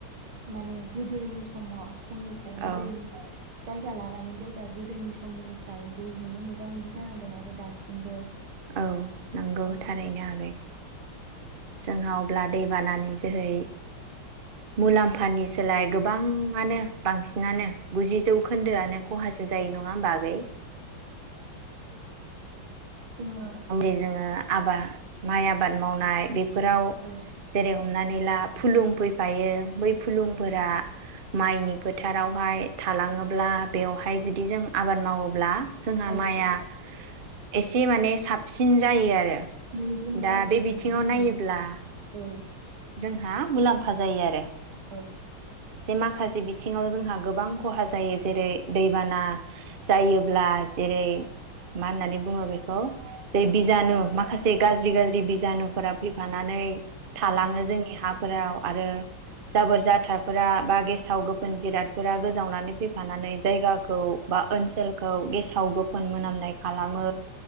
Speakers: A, on the right; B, on the right.
A: माने गोदोनि समाव स समनिफ्रायनो
B: औ
A: दै जायगा लानानै जायगा गोदोनि समनिफ्राय दैजोंनो मोगा मोगि जानांदों आरो दासिमबो
B: औ नंगौ
A: औ
B: थारैनो आगै जोंहा अब्ला दै बानानि जोहै मुलाम्फानि सोलाय गोबाङानो बांसिनानो गुजि जौ खोन्दोआनो खहासो जायो नङा होम बागै
A: जोङो
B: मुलि जोङो आबाद माइ आबाद मावनाय बेफोराव
A: औ
B: जेरै हमनानै लाब फुलुं फैफायो बै फुलुंफोरा
A: औ
B: माइनि फोथारावहाय थालाङोब्ला बेवहाय जुदि जों आबाद मावोब्ला जोंहा
A: औ
B: माइआ एसे माने सिन जायोआरो
A: नै गुन बाराखौ
B: दा बे
A: जों
B: बिाव
A: मोननो हायो
B: नायोब्ला
A: औ
B: जों मुलाम ज
A: औ
B: अे माखासे बि जों गोबांहा ज जायो जेरै दैबाना जायोब्ला जेरै मा होननानै बुङो बेखौ जे बिजानु
A: औ
B: माखासे गाज्रि गाज्रि बिजानुफोरा फैफानानै थालाङो
A: औ
B: जोंनि हा फोराव आरो जाबोर जाथारफोरा बा गेसाव गो जिरादफोरा गोज जावनानै फैफानानै जायाखौ बा ओनसोलखौ गेसाव गोफोन मोननाय खालामो